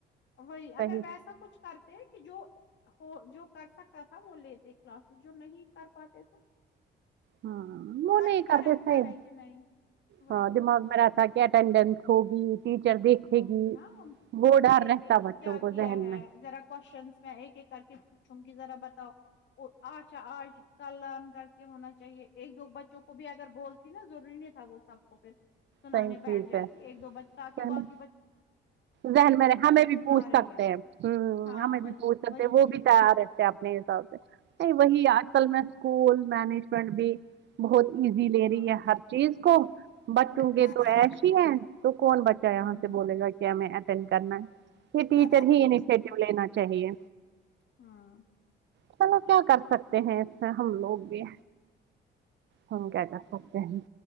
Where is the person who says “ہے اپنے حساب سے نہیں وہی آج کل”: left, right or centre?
Right